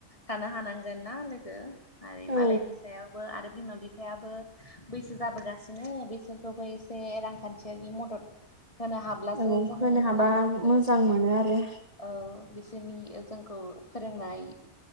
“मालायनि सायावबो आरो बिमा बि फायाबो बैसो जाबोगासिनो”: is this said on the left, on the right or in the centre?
Left